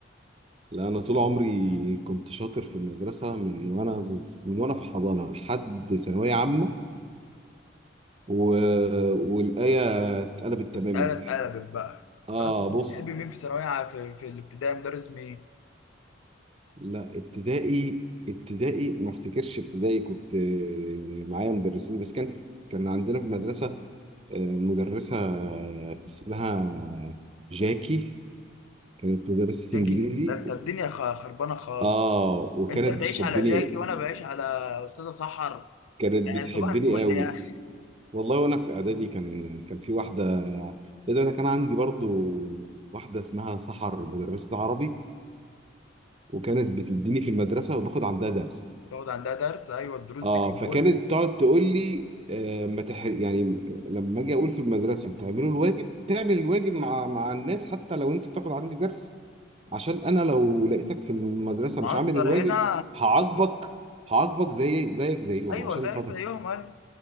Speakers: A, on the right (about 30°); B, on the left (about 80°).
A: <laughs> لا انا طول عمري كنت شاطر في المدرسه من وانا ز- من وانا في حضانه لحد ثانويه عامه و... والآية اتقلبت
B: انا
A: تماما
B: اتقلبت بقى
A: اه
B: انت اصلا كنت
A: بص
B: بتحب مين في ثانويه عا- في, في الابتدائي مدرس مين
A: لا ابتدائي ابتدائي ما افتكرش ابتدائي كنت آه، معايا مدرسين بس كان كان عندنا في المدرسة آه، مدرسة اسمها جاكي كانت مدرسة
B: جاكي
A: انجليزي
B: ده انت الدنيا خ- خربانه خالص
A: اه وكانت
B: انت بتعيش
A: بتحبني
B: على جاكي وانا بعيش على استاذه سحر
A: كانت
B: يعني
A: بتحبني
B: صباح الفل
A: قوي
B: يعني
A: والله وانا في اعدادي كان كان في واحدة ايه ده انا كان عندي برضو واحدة اسمها سحر مدرسة عربي وكانت بتديني في المدرسة وباخد عندها درس
B: تقعد عندها درس ايوه الدروس
A: اه
B: دي كانت
A: فكانت
B: بص
A: تقعد تقول لي آه ما تح... يعني لما اجي اقول في المدرسه تعملوا الواجب تعمل الواجب مع مع الناس حتى لو انت بتاخد عندي درس عشان انا لو لقيتك في المدرسه
B: معصر
A: مش عامل الواجب
B: هنا
A: هعاقبك هعاقبك زي زيك زيهم
B: ايوه
A: عشان
B: زيك
A: خاطر
B: زيهم ايوه